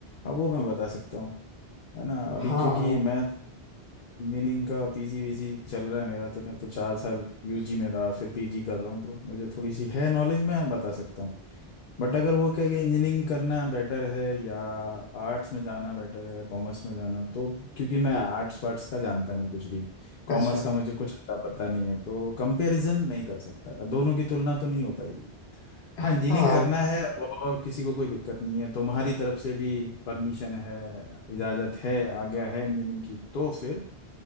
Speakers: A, on the left (about 60°); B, on the left (about 80°).
A: अब वो मैं बता सकता हूँ है ना अभी
B: हाँ
A: क्योंकि मैं इंजीनियरिंग का पीजी वीजी चल रहा है मेरा तो मैं तो चार साल यूजी में रहा फिर पीजी कर रहा हूँ तो मुझे थोड़ी सी है नॉलेज मैं बता सकता हूँ बट अगर वो कहे कि इंजीनियरिंग करना बेटर है या आर्ट्स में जाना बेटर है कॉमर्स में जाना तो क्योंकि मैं आर्ट्स वार्ट्स का जानता नहीं कुछ भी कॉमर्स
B: अच्छा
A: का मुझे कुछ अता पता नहीं है तो कंपैरिजन नहीं कर सकता दोनों की तुलना तो नहीं हो पाएगी
B: हाँ
A: हाँ इंजीनियरिंग करना है और किसी को कोई दिक्कत नहीं है तो तुम्हारी तरफ से भी परमिशन है इजाज़त है आज्ञा है इंजीनियरिंग की तो फिर